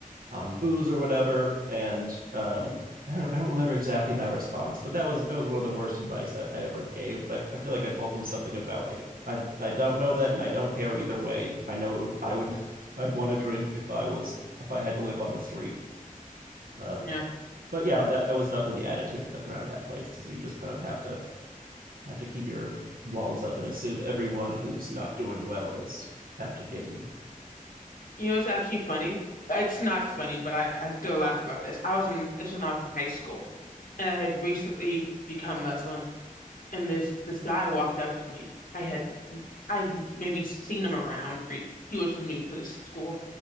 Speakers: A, on the right; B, on the left.
A: on booze or whatever and um I don't, I don't remember exactly my response, but that was that was one of the worst advice I, I ever gave. But I, I feel like I told them something about like I I don't know that and I don't care either way. I know I would <laughs> I'd want to drink if I was if I had to live on the street. Um,
B: Yeah.
A: but yeah, that, that was definitely the attitude around that place. Is you just kind of have to have to keep your walls up and assume everyone who's not doing well is out to get you.
B: You know, it's actually funny. It's not funny, but I, I still laugh about this. I was in, this was when I was in high school, and I had recently become Muslim and this this guy walked up to me. I had I'd maybe seen him around for he was new to the school,